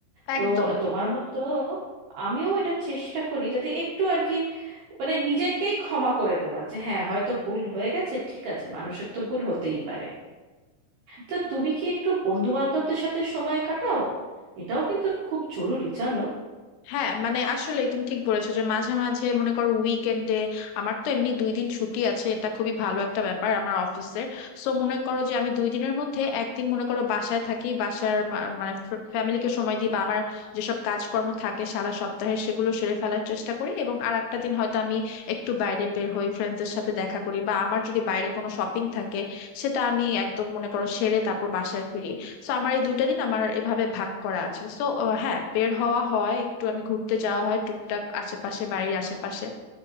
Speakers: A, on the left; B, on the right.
A: একদম
B: তো তোমার মতো আমিও এটা চেষ্টা করি যাতে একটু আর কি মানে নিজেকেই ক্ষমা করে দেওয়া যে হ্যাঁ হয়তো ভুল হয়ে গেছে ঠিক আছে মানুষের তো ভুল হতেই পারে তো তুমি কি একটু বন্ধু বান্ধবদের সাথে সময় কাটাও এটাও কিন্তু খুব জরুরি জানো
A: হ্যাঁ মানে আসলে তুমি ঠিক বলেছো যে মাঝে মাঝে মনে করো উইকেন্ডে আমার তো এমনি দুই দিন ছুটি আছে এটা খুবই ভালো একটা ব্যাপার আমার অফিসের সো মনে করো যে আমি দুই দিনের মধ্যে একদিন মনে করো বাসায় থাকি বাসার মা- মানে ফ্যামিলিকে সময় দিই বা আমার যেসব কাজকর্ম থাকে সারা সপ্তাহে সেগুলো সেরে ফেলার চেষ্টা করি এবং আর একটা দিন হয়তো আমি একটু বাইরে বের হই ফ্রেন্ডসদের সাথে দেখা করি বা আমার যদি বাইরে কোনো শপিং থাকে সেটা আমি একদম মনে করো সেরে তারপর বাসায় ফিরি সো আমার এই দুইটা দিন আমার এভাবে ভাগ করা আছে সো হ্যাঁ বের হওয়া হয় একটু আমি ঘুরতে যাওয়া হয় টুকটাক আশেপাশে বাড়ির আশেপাশে